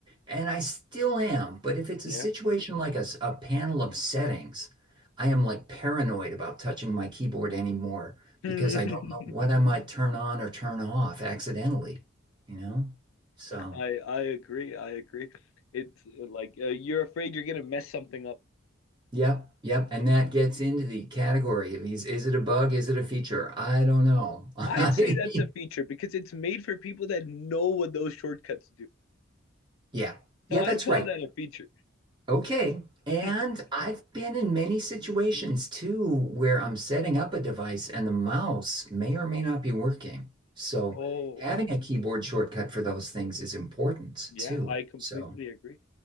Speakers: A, on the right; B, on the left.
A: and I still am, but if it's
B: Yeah.
A: a situation like a, s- a panel of settings, I am like paranoid about touching my keyboard anymore
B: <laughs> I
A: because I don't know what I might turn on or turn off accidentally, you know? So
B: I agree. I agree. It's uh, like uh, you're afraid you're gonna mess something up.
A: Yep, yep. And that gets into the category of is is it a bug? Is it a feature? I don't know.
B: I'd say
A: <laughs>
B: that's a feature because it's made for people that know what those shortcuts do.
A: Yeah. Yeah,
B: So I'd
A: that's
B: call
A: right.
B: that a feature.
A: Okay. And
B: <laughs>
A: I've been in many situations too where I'm setting up a device and the mouse may or may not be working. So
B: Oh,
A: having a keyboard shortcut for those things is important
B: yeah,
A: too.
B: I completely
A: So,
B: agree.